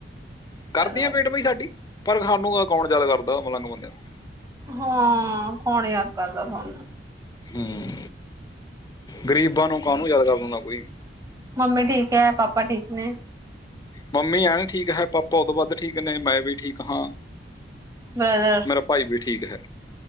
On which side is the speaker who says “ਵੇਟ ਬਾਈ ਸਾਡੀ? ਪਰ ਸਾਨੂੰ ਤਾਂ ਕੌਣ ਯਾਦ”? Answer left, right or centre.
Left